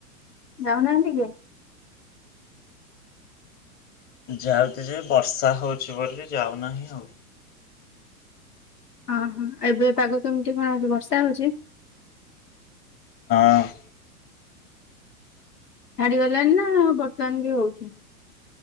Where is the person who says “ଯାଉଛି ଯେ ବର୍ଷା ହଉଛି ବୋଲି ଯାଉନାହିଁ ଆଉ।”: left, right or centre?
Left